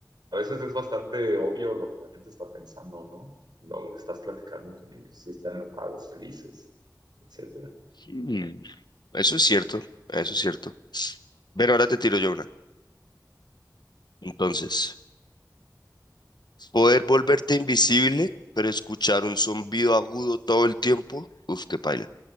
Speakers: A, on the right; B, on the left.
A: a veces es bastante obvio lo que la gente está pensando, ¿no? Lo estás platicando con ellos, si están enojados, felices, etcétera.
B: Mm. mm. Eso es cierto, eso es cierto. Pero ahora te tiro yo una. Entonces. Poder volverte invisible, pero escuchar un zumbido agudo todo el tiempo. Uf, qué paila.